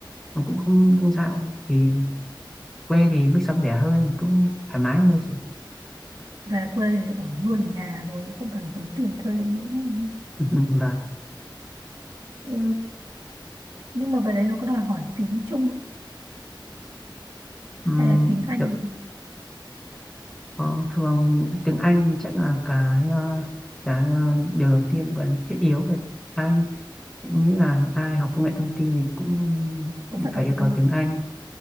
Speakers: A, in the centre; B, on the right (about 65°).
A: nó cũng không không sao thì quê thì mức sống rẻ hơn cũng thoải mái hơn thôi chị
B: Về quê thì ở luôn ở nhà rồi không cần tốn tiền thuê đấy nữa.
A: <laughs> vâng
B: Ừ. Nhưng mà về đấy nó có đòi hỏi tiếng Trung không?
A: Ừm,
B: hay là tiếng Anh gì?
A: Ờ, thường tiếng Anh thì chắc là cái ờ, cái ờ, điều đầu tiên và thiết yếu về ai nghĩ là ai học công nghệ thông tin thì cũng
B: Cũng phải có
A: phải yêu
B: tiếng
A: cầu
B: Anh.
A: tiếng Anh